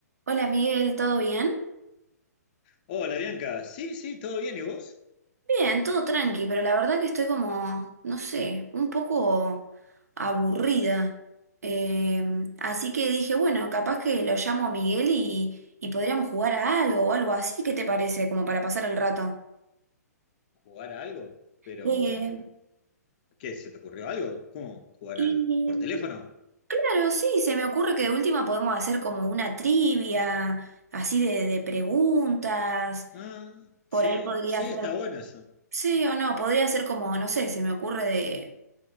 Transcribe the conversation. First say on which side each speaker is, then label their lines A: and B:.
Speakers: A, on the right; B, on the left.
A: Hola Miguel, ¿todo bien?
B: Hola Bianca, sí, sí, todo bien, ¿y vos?
A: Bien, todo tranqui, pero la verdad que estoy como, no sé, un poco aburrida. Eh, así que dije, bueno, capaz que lo llamo a Miguel y, y podríamos jugar a algo o algo así, ¿qué te parece? Como para pasar el rato.
B: ¿Jugar a algo? Pero,
A: Eh,
B: ¿qué? ¿Se te ocurrió algo? ¿Cómo jugar
A: y
B: a algo? ¿Por teléfono?
A: claro, sí, se me ocurre que de última podemos hacer como una trivia, así de, de preguntas,
B: Ah, sí,
A: por ahí podría
B: sí,
A: ser,
B: está bueno eso.
A: sí o no, podría ser como, no sé, se me ocurre de...